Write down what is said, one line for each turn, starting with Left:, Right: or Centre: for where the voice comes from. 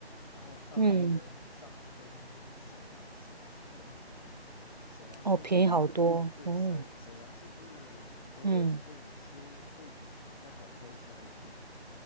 Left: 然后上海跟上海跟沈阳，
Right: 嗯。
Left: 沈阳是便宜好多，沈阳甚至对沈沈阳甚至很多时候你吃会比你在广州吃还便宜，
Right: 哦，便宜好多哦，嗯，